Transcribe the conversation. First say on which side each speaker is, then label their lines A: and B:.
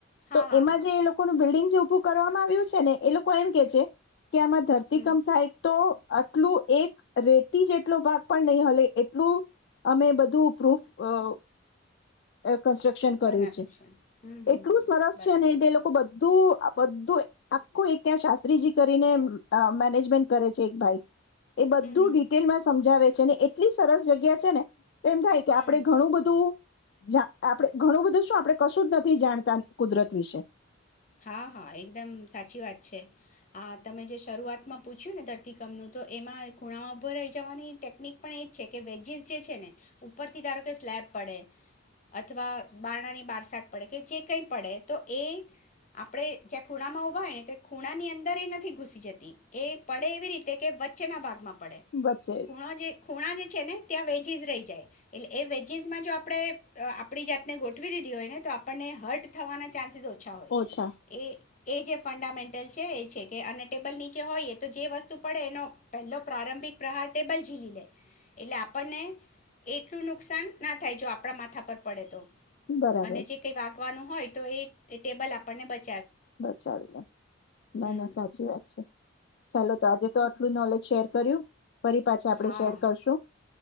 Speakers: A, on the left (about 35°); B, on the left (about 55°).
A: હા
B: તો
A: હા
B: એમાં
A: હા
B: જે એ લોકોનું બિલ્ડિંગ જે ઉભું કરવામાં આવ્યું છે ને એ લોકો એમ કે છે કે આમાં ધરતીકંપ
A: હમ
B: થાય તો આટલું એક રેતી જેટલો ભાગ પણ નહી હલે એટલું અમે બધું પ્રૂફ અ વ. એક કન્સ્ટ્રક્શન કર્યું
A: બનાવ્યું
B: છે
A: હમ હમ
B: એટલું
A: હમ
B: સરસ
A: બરાબર
B: છે ને એ લોકો બધું આ બધું આખું એક ત્યાં શાસ્ત્રીજી કરીને આ મેનેજમેન્ટ કરે છે એક ભાઈ. એ બધું
A: હમ હમ
B: ડિટેલમાં સમજાવે છેને એટલી સરસ જગ્યા છે ને. એમ થાય કે
A: હમ
B: આપડે ઘણું બધું જા આપણે ઘણું બધું શું આપણે કશું જ નથી જાણતા કુદરત વિશે.
A: હા હા એકદમ સાચી વાત છે આ તમે જે શરૂઆતમાં પૂછ્યું ને ધરતીકમનું તો એમાં ખૂણામાં ઊભા રહી જવાની ટેકનિક પણ એ જ છે કે વેજીિસ જે છે ને ઉપરથી ધારો કે સ્લેૅબ પડે અથવા બારણાની બાર શાક પડે કે જે કંઈ પડે તો એ આપણે જ્યાં ખૂણામાં ઊભા હોય ને તો ખૂણાની અંદર એ નથી ઘૂસી જતી એ પડે એવી રીતે કે વચ્ચેના ભાગમાં પડે
B: વચ્ચે
A: ખૂણો ખૂણા જે છે ને ત્યાં વેજીસ રહી જાય એટલે એ વેજીસમાં જો આપણે આપણી જાતને ગોઠવી દીધી હોય ને તો આપણને હર્ટ થવાના ચાન્સીસ ઓછા હોય
B: ઓછા
A: એ એ જે ફંડામેન્ટલ છે એ છે કે અને ટેબલ નીચે હોઈએ તો જે વસ્તુ પડે એનો પહેલો પ્રારંભિક પ્રહાર ટેબલ ઝીલી લે એટલે આપણને એટલું નુકસાન ના થાય જો આપણા માથા પર પડે તો
B: બરાબર
A: અને જે
B: છે
A: કઈ વાગવાનું હોય તો એ ટેબલ આપ <unintelligible>
B: બચાવી લે ના
A: હમ
B: ના સાચી વાત છે ચાલો તો આજે તો <unintelligible> નોલેજ શેર કર્યું ફરી પાછા આપણે
A: હા
B: શેર કરશું